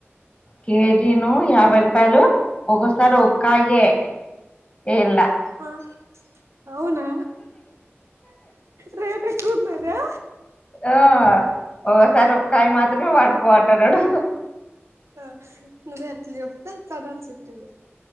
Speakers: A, on the left (about 25°); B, on the right (about 80°).
A: కేజీను యాభై రూపాయలు ఒక్కోసారి కాయే ఏళ్ళ
B: ఆ అవునా రాటేయేక్కువునదా
A: ఆ ఒకసారి ఒకకాయ మాత్రమే పటుకుపో అంటానడు
B: ఆ నువ్వ అట్లే చెప్తాతే తనంతే చెప్తది